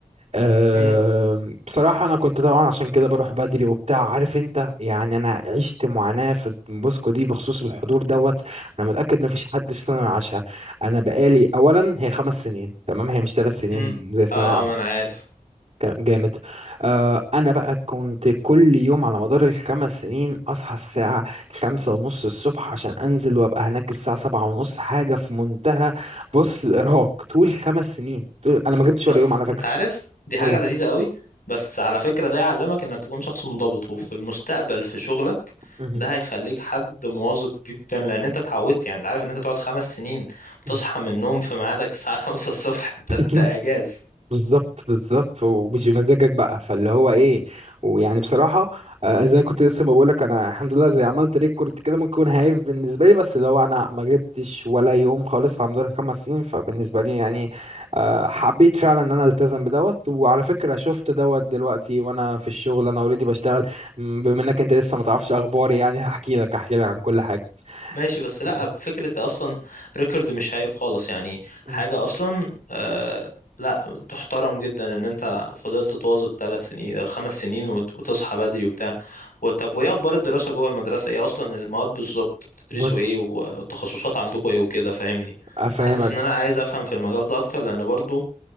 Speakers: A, on the right (about 45°); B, on the left (about 75°).
A: أه
B: امم
A: بصراحة أنا كنت طبعا عشان كده بروح بدري وبتاع عارف أنت يعني أنا عشت معاناة في بوسكو دي بخصوص الحضور دوت أنا متأكد مفيش حد في ثانوي عاشها أنا بقالي أولا هي خمس سنين تمام هي مش ثلاث سنين
B: امم
A: زي ثانوية
B: اه
A: عامة
B: اه ما انا عارف
A: كان جامد أه أنا بقى كنت كل يوم على مدار الخمس سنين أصحى الساعة خمسة ونص الصبح عشان أنزل وأبقى هناك الساعة سبعة ونص حاجة في منتهى بص الإرهاق طول خمس سنين طول... أنا ما جبتش
B: بس
A: ولا يوم على فكرة
B: انت عارف دي حاجة
A: قولي
B: لذيذة قوي بس على فكرة ده يعلمك انك تكون شخص منضبط وفي المستقبل في شغلك
A: مهم.
B: ده هيخليك حد مواظب جدا لان انت اتعودت يعني انت عارف ان انت تقعد خمس سنين بتصحى
A: مم.
B: من النوم في ميعادك الساعة خمسة الصبح <laughs> انت
A: <laughs>
B: انت اعجاز
A: بالظبط بالظبط ومش بمزاجك بقى فاللي هو ايه ويعني بصراحه آه، زي ما كنت لسه ما بقولك انا الحمد لله زي عملت ريكورد كده ممكن يكون هايف بالنسبه لي بس اللي هو انا ما جبتش ولا يوم خالص في رمضان خمس سنين فبالنسبه لي يعني آه، حبيت فعلا ان انا التزم بدوت وعلى فكره شفت دوت دلوقتي وانا في الشغل انا اوريدي بشتغل م، بما انك انت لسه ما تعرفش اخباري يعني هحكي لك هحكي لك عن كل حاجه
B: ماشي بس لا
A: آه.
B: بفكرة اصلا ريكورد مش هايف خالص يعني حاجة
A: مم.
B: اصلا آه لا تحترم جدا ان انت فضلت تواظب ثلاث سنين أو خمس سنين وت- وتصحى بدري وبتاع وطب وايه اخبار الدراسة جوه المدرسة ايه اصلا المواد بالظبط بتدرسوا
A: بص
B: ايه والتخصصات عندكم ايه وكده فاهمني
A: افهمك
B: حاسس ان انا عايز افهم في المجال ده اكتر لان برضو